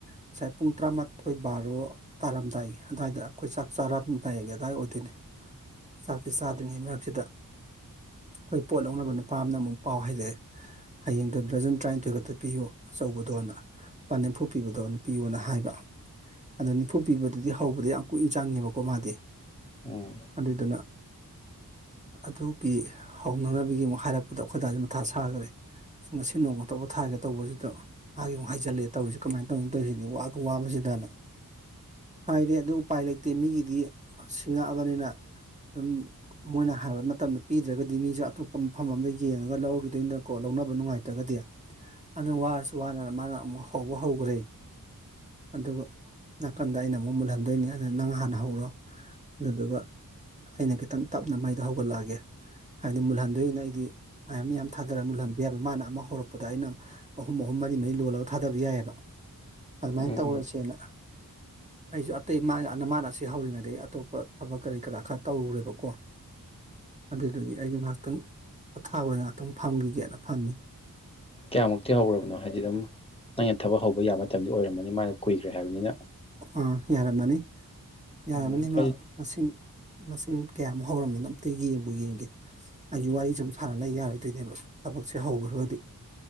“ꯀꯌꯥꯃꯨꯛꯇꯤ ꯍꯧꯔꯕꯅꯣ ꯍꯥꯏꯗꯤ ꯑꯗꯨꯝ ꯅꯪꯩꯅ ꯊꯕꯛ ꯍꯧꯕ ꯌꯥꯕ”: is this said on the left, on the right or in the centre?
Left